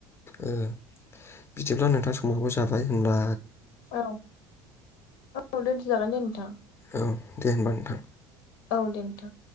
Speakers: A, on the left (about 20°); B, on the left (about 70°).
A: ओ बिदिब्ला नोंथांङा समावबो जाबाय होनब्ला
B: औ औ दोनथ'जागोन दे नोंथां।
A: औ दे होनबा नोंथां।
B: औ दे नोंथां।